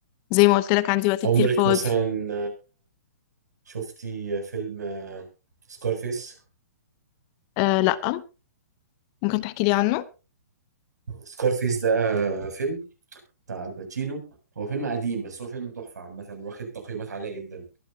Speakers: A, on the left; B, on the right.
A: زي ما قلت لك عندي وقت
B: عمرك
A: كتير فاضي
B: مثلا شفتي فيلم سكارفيس
A: أه لا ممكن تحكي لي عنه
B: سكارفيس ده فيلم بتاع الباتشينو هو فيلم قديم بس هو فيلم تحفة عامة واخد تقييمات عالية جدا